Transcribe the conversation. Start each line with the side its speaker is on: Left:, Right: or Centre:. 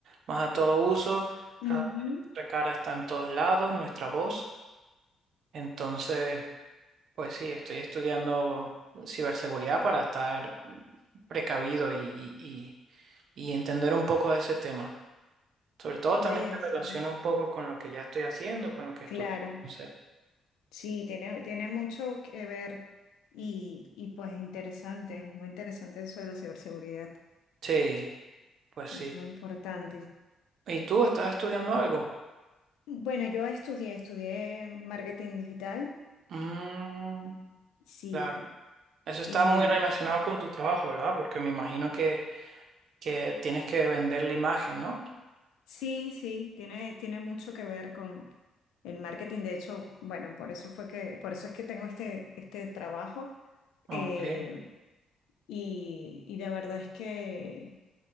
Right: más a todo uso. Cada
Left: Ujú.
Right: vez nuestra cara está en todos lados, nuestra voz. Entonces, pues sí, estoy estudiando ciberseguridad para estar precavido y, y, y- y entender un poco de ese tema. Sobre todo también
Left: Oye,
Right: se relaciona
Left: sí,
Right: un poco con lo que ya estoy haciendo, con lo que
Left: claro.
Right: estudio. Entonces,
Left: Sí, tiene, tiene mucho que ver y, y pues interesante, muy interesante eso de la ciberseguridad,
Right: sí, pues
Left: es
Right: sí.
Left: muy importante.
Right: ¿Y tú estás estudiando algo?
Left: Bueno, yo estudié, estudié marketing digital,
Right: Mm,
Left: sí,
Right: claro. Eso está
Left: y
Right: muy relacionado con tu trabajo, ¿verdad? Porque me imagino que, que tienes que vender la imagen, ¿no?
Left: sí, sí, tiene, tiene mucho que ver con el marketing. De hecho, bueno, por eso fue que, por eso es que tengo este, este trabajo.
Right: Ok.
Left: eh, y, y la verdad es que